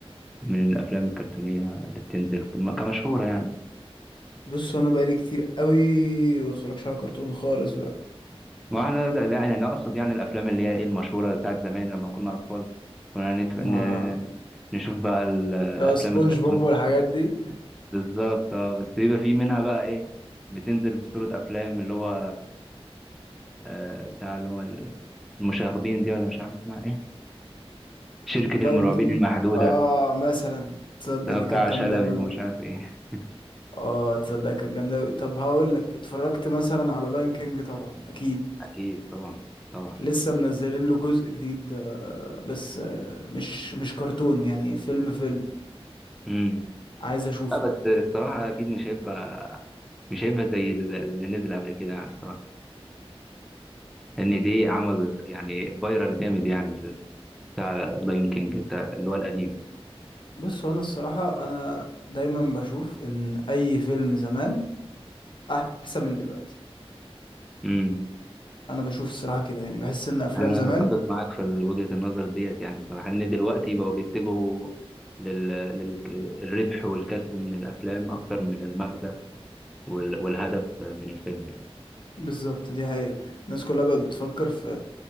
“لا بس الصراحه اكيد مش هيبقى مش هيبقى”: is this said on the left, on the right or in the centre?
Centre